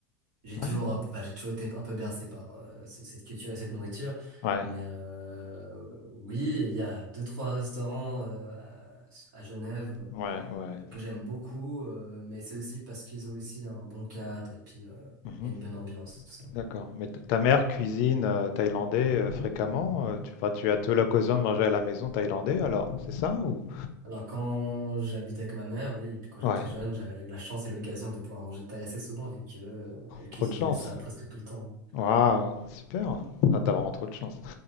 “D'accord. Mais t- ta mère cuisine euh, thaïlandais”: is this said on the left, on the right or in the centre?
Left